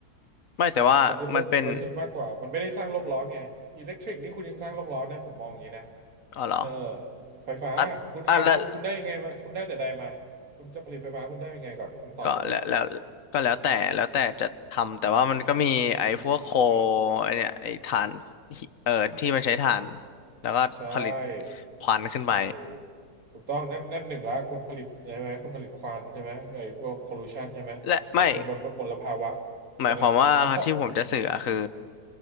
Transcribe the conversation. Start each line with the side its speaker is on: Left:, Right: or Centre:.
Left: ไม่แต่ว่ามันเป็น
Right: ครับมันจะบริสุทธิ์มากกว่ามันไม่ได้สร้างโลกร้อนไงอิเล็กทริกนี่คุณยังสร้างโลกร้อนนะผมมองอย่างนี้นะ
Left: อ๋อเหรอ
Right: เออไฟฟ้าคุณอ่าคุณคุณได้ยังไงมาคุณได้แต่ใดมา
Left: อ่ะอ่ะแล้ว
Right: คุณจะผลิตไฟฟ้าคุณได้ยังไงก่อนคุณต้องตอบผมก่อน
Left: ก็แล้วแล้วก็แล้วแต่แล้วแต่จะทำแต่ว่ามันก็มีไอ้พวกโค
Right: อ่า
Left: ไอ้เนี่ยไอ้ถ่านหิเอ่อที่มันใช้ถ่านแล้วก็ผลิต
Right: ใช่
Left: ควันขึ้นไป
Right: ถูกถูกต้องนั่นนั่นหนึ่งละคุณผลิตใช่ไหมคุณผลิตควันใช่ไหมไอ้พวกพอลูชันใช่ไหมเออใช่ไหมมลมลภาวะ
Left: และไม่หมายความว่าที่ผมจะสื่ออะคือ
Right: ใช่ไหมแล้วข้อ